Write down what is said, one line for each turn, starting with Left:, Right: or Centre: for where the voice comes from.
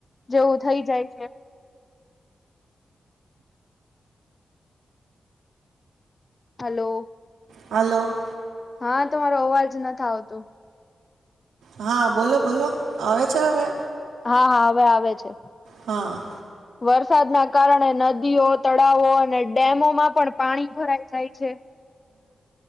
Left: જેવુ, થઈ જાય છે. હલો.
Right: હલો.
Left: હા, તમારો અવાજ નથી, આવતો
Right: હા, બોલો બોલો આવે છે. હવે?
Left: હા, હા, હવે આવે છે.
Right: હા
Left: વરસાદના કારણે નદીઓ તળાવો અને ડેમોમાં પણ પાણી ભરાઈ જાય છે.